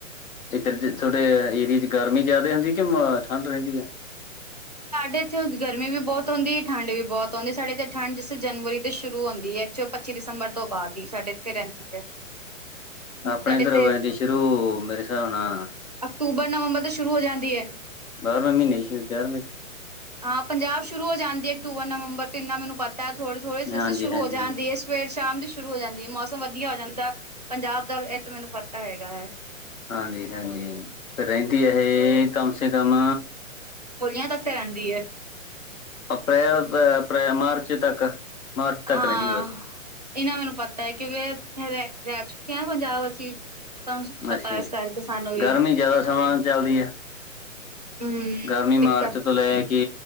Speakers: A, on the left; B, on the right.
A: ਇੱਧਰ'ਚ ਥੋਡੇ ਏਰੀਏ'ਚ ਗਰਮੀ ਜ਼ਿਆਦੇ ਹੁੰਦੀ ਕਿ, ਠੰਢ ਰਹਿੰਦੀ ਆ?
B: ਸਾਡੇ ਇੱਥੇ ਗਰਮੀ ਵੀ ਬਹੁਤ ਹੋਂਦੀ, ਠੰਡ ਵੀ ਬਹੁਤ ਹੋਂਦੀ। ਸਾਡੇ ਇੱਥੇ ਠੰਡ ਜ ਜਨਵਰੀ ਤੋਂ ਸ਼ੁਰੂ ਹੁੰਦੀ ਹੈ, ਚ ਪੱਚੀ ਦਸੰਬਰ ਤੋਂ ਬਾਅਦ ਹੀ, ਸਾਡੇ ਇੱਥੇ ਰਹਿੰਦੀ ਹੈ।
A: ਆਪਣੇ
B: ਸਾਡੇ
A: ਇੱਧਰ
B: ਤੇ
A: ਹੋ ਜਾਂਦੀ ਸ਼ੁਰੂ, ਮੇਰੇ ਸ੍ਹਾਬ ਨਾਲ
B: ਅਕਤੂਬਰ, ਨਵੰਬਰ ਤੋਂ ਸ਼ੁਰੂ ਹੋ ਜਾਂਦੀ ਐ।
A: ਬਾਰ੍ਹਵੇਂ ਮਹੀਨੇ, ਸ਼ਾਦ ਗਿਆਰਵੇਂ'ਚ
B: ਹਾਂ, ਪੰਜਾਬ ਸ਼ੁਰੂ ਹੋ ਜਾਂਦੀ ਏ, ਅਕਤੂਬਰ, ਨਵੰਬਰ ਤੇ ਇੰਨਾ ਮੈਨੂੰ ਪਤਾ, ਥੋੜੇ-ਥੋੜ੍ਹੇ ਸੇ
A: ਹਾਂਜੀ
B: ਸ਼ੁਰੂ
A: ਹਾਂਜੀ
B: ਹੋ ਜਾਂਦੀ ਏ। ਸਵੇਰ-ਸ਼ਾਮ ਦੀ ਸ਼ੁਰੂ ਹੋ ਜਾਂਦੀ ਏ, ਮੌਸਮ ਵਧੀਆ ਹੋ ਜਾਂਦਾ ਪੰਜਾਬ ਦਾ, ਇਹ ਤੇ ਮੈਨੂੰ ਪਤਾ ਹੈਗਾ ਏ।
A: ਹਾਂਜੀ-ਹਾਂਜੀ, ਤੇ ਰਹਿੰਦੀ ਇਹ ਕਮ ਸੇ ਕਮ
B: ਹੋਲੀਆਂ ਤੱਕ ਤਾ ਰਹਿੰਦੀ ਏ।
A: ਅਪ੍ਰੈਲ ਅਪਣੇ ਮਾਰਚ ਤੱਕ। ਮਾਰਚ ਤੱਕ
B: ਹਾਂ।
A: ਰਹਿੰਦੀ ਬਸ
B: ਇਹਨਾਂ ਮੈਨੂੰ ਪਤਾ ਏ, ਕਿਉਂਕਿ ਰਹਿ, ਰਹਿ ਚੁੱਕੇ ਆਂ ਪੰਜਾਬ ਅਸੀਂ। ਤਾਂ ਪਤਾ
A: ਅੱਛਾ
B: ਇਸ
A: ਜੀ
B: ਕਰਕੇ ਸਾਨੂੰ ਵੀ
A: ਗਰਮੀ ਜ਼ਿਆਦਾ ਸਮਾਂ ਚੱਲਦੀ ਹੈ
B: ਹਮ
A: ਗਰਮੀ
B: ਦਿੱਕਤ
A: ਮਾਰਚ ਤੋਂ ਲੈ ਕੇ,